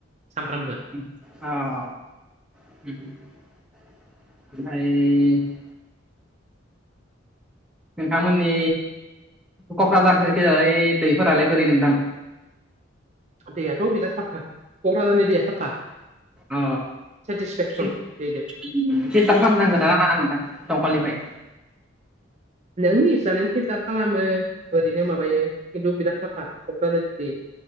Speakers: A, on the right; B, in the centre.
A: सामफ्रामबो
B: <unintelligible> ओमफाय नोंथांमोननि क'क्राझार साइदखै जाय दैफोरालाय बोरै नोंथां
A: दैयाथ' बिराद साफा क'क्राझारनि दैया साफा
B: अ
A: सेटिसफेक्सन
B: पि
A: दैदो
B: पिलटार खालामनांगोना नांङा नोंथां दंखलनिफ्राय <inaudible>
A: नोंनि इस्सा नों फिल्टार खालामो ओरैनो माबायो खिन्थु बिराद साफा क'क्राझारनि दैया